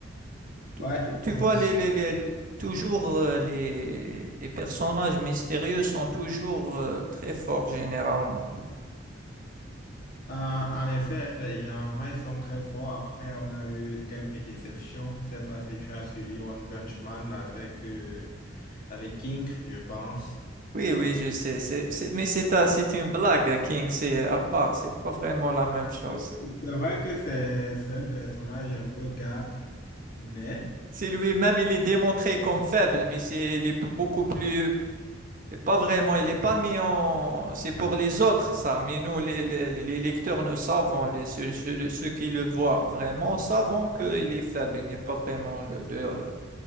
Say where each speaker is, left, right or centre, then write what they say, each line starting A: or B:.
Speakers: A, on the right; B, on the left.
A: Tu,
B: Ouais,
A: tu- tu
B: moi
A: vois,
B: aussi.
A: les, les- les- toujours euh, les, les personnages mystérieux sont toujours euh, très forts généralement.
B: Euh, en effet, généralement, ils sont très forts. Après, on a eu quelques déceptions. C'est parce que tu as suivi One Punch Man avec, euh, avec King, je pense.
A: Oui, oui, je sais. c'est, c'est- mais c'est un- c'est une blague, King. C'est à part. C'est pas vraiment la même chose.
B: C'est c'est vrai que c'est c'est un personnage un peu gag, mais
A: C'est lui-même, il est démontré comme faible, mais c'est, il est beaucoup plus Et pas vraiment, il n'est pas mis en... C'est pour les autres, ça, mais nous, les, les, les lecteurs, nous savons, les, ceux, ceux- ceux qui le voient vraiment, savons qu'il est faible, il n'est pas vraiment, le, le-